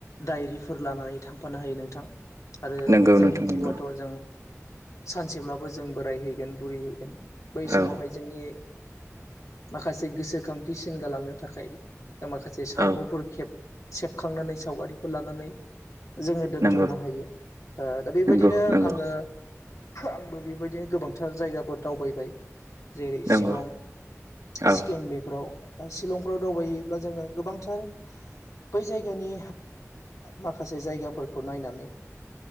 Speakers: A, on the left (about 75°); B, on the right (about 80°).
A: दायरि फोर लानानै थांफानो हायो नोंथां आरो
B: नंगौ
A: जोंनि
B: नोंथां नंगौ
A: जिउआथ' जों सानसेब्लाबो जों बोरायहैगोन बुरिहैगोन बै समावहाय
B: औ
A: जोंनि माखासे गोसोखांथिसिन गालांनो थाखाय माखासे सावमुफोर
B: औ
A: खब सेबखांनानै सावगारिफोर लानानै जोङो दोनथुमनो
B: नंगौ
A: हायो ओ दा बेबायदिनो
B: नंगौ नंगौ
A: आङो आंबो बेबायदिनो गोबांथार जायगाफोर दावबायबाय जेरै
B: नंगौ
A: शिलं
B: औ
A: सिक्किम बेफोराव शलंफ्राव दावबायोब्ला जोङो गोबांथार बै जायगानि माखासे जायगाफोरखौ नायनानै